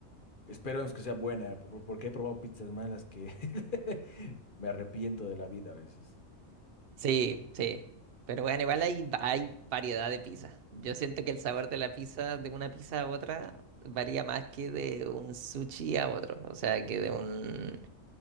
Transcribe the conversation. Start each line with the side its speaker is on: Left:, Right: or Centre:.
Left: esperemos que sea buena, por- porque he probado pizzas malas que <laughs> me arrepiento de la vida a veces.
Right: Sí, sí. Pero bueno, igual hay, hay variedad de pizza. Yo siento que el sabor de la pizza, de una pizza a otra, varía más que de un sushi a otro. O sea, que de un,